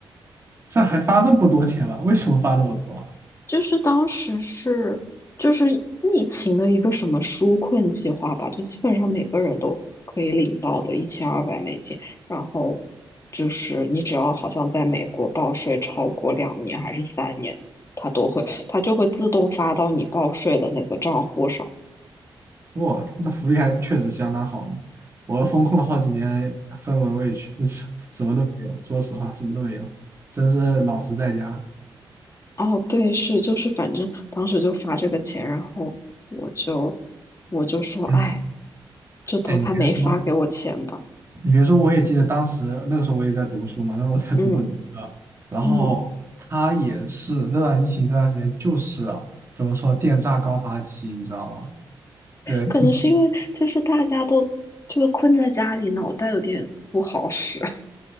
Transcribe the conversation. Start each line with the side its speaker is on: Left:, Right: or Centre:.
Right: 这还发这么多钱吗？为什么发这么多啊
Left: 就是当时是就是疫情的一个什么纾困计划吧，就基本上每个人都可以领到的一千二百美金，然后就是你只要好像在美国报税超过两年还是三年，它都会它就会自动发到你报税的那个账户上。
Right: 哇，那福利还确实相当好呢。我风控了好几年，分文未取，<laughs> 什么都没有。说实话，什么都没有，真是老实在家。
Left: 哦，对，是就是反正当时就发这个钱，然后我就我就说，哎，
Right: 嗯，
Left: 就当他没发给我钱吧。
Right: 哎，你别说，你别说，我也记得当时那个时候我也在读书嘛，那时候我在读本科，
Left: 嗯
Right: 然后他也是那段疫情那段时间，
Left: 嗯。
Right: 就是啊，怎么说电诈高发期，你知道吗？对 <laughs>
Left: 可能是因为就是大家都就是困在家里，脑袋有点不好使，